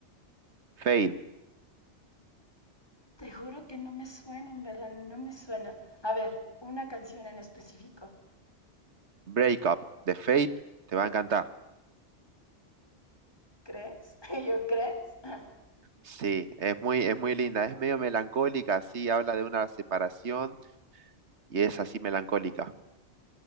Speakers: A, on the right (about 70°); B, on the left (about 20°).
A: Fade,
B: Te juro que no me suena, en verdad, no me suena. A ver, una canción en específico.
A: Break Up, de Fade, te va a encantar.
B: ¿Crees? <laughs> ¿Y yo crees? <laughs>
A: Sí, es muy, es muy linda, es medio melancólica, sí, habla de una separación y es así melancólica.